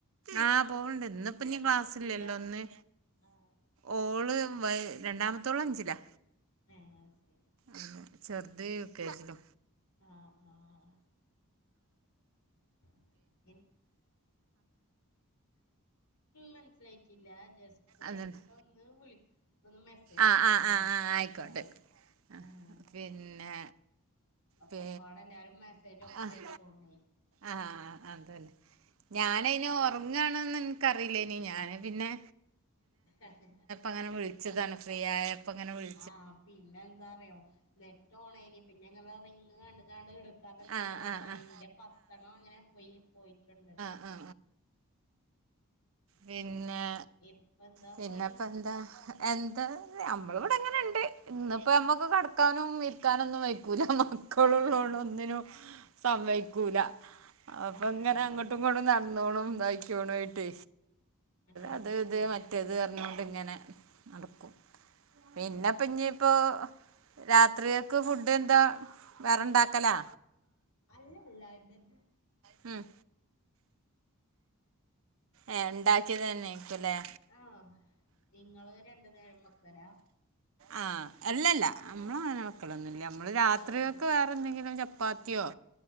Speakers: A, on the right; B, on the left.
A: ആഹ് പോവ്ണ്ട് ഇന്ന്ഇപ്പൊ ക്ലാസ്സില്ലല്ലോന്ന്.
B: എത്രയിലാ ആഹ്
A: ഓള് രണ്ടാമത്തോള അഞ്ചിലാ.
B: ഏ ശെരി
A: ആഹ് ചെറുത് യുകെ ജില്.
B: ആഹ് ആഹ് <unintelligible> മനസിലായിട്ടില്ല ജസ്റ്റ് ഇത്
A: അതന്നെ
B: കഴിഞ്ഞിട്ട് ഒന്ന് വിളി ഒന്ന് മെസേജ്
A: ആഹ്
B: അയകോണ്ടി
A: ആഹ് ആഹ് ആഹ് ആയിക്കോട്ടെ
B: ആഹ്
A: ആ
B: ആഹ്
A: പിന്നെ.
B: ഒക്കെ
A: പി
B: പാടെ എല്ലാരും മെസ്സേജ് ഒപ്പ
A: ആഹ്
B: അയച്ചോണ്ടി.
A: ആഹ് അതല്ലെ ഞാനതിന് ഉറങ്ങാണന്ന് ഇൻക്ക് അറിലേനി ഞാൻ. പിന്നെ
B: അത്
A: അങ്ങനെ വിളിച്ചതാണ് ഫ്രീ ആയപ്പങ്ങനെ വി
B: ആഹ പിന്നെ എന്താറിയോ നെറ്റ് ഓണേനി പിന്നെങ്ങെനെ റെയ് കണ്ട് കാണ്ട് എടുക്കാതക്ക്ണത്
A: ആഹ്
B: മോസയി
A: ആഹ് ആഹ്
B: ഇന്റെ പത്തണം അങ്ങനെ പോയി പോയിട്ടുണ്ട്.
A: ആ ആ പിന്നെ.
B: ഇപ്പൊ എന്താ
A: പിന്നെപ്പ
B: പണി
A: ന്താ എന്താ നമ്മള് ഇവിടെങ്ങനെണ്ട്.
B: എ
A: ഇന്ന്പ്പോ നമ്മക്ക് കടക്കാനും ഇരിക്കാനൊന്നും വെയ്ക്കൂലന്നൊള്ളു. <unintelligible>
B: ആ
A: ഒന്നിനും സമ്മയ്ക്കൂല അപ്പൊ ഇങ്ങനെ
B: ആ
A: അങ്ങോട്ട്. നടന്നോണം ഇതായിക്കോണ ആയിട്ട്
B: ആ
A: അത് ഇത് മറ്റേത്. ഇങ്ങനെ നടക്കും പിന്നെപ്പൊ ഇഞ്ഞിപ്പോ. രാത്രികക്ക് ഫുഡ് എന്താ വേറെ ഇണ്ടാക്കലാ?
B: അല്ല അല്ല ഇതന്നെ.
A: മ് ഏ് ഇണ്ടാക്കിയത് തന്നെക്കുംല്ലേ.
B: ആഹ നിങ്ങള് രണ്ടു നേരം വെക്കലാ.
A: ആഹ അല്ലല്ല നമ്മള അങ്ങനെ വെക്കലൊന്നല്ല നമ്മള് രാത്രിയൊക്കെ.
B: ആഹ്
A: വേറെന്തെങ്കിലും ചപ്പാത്തിയോ.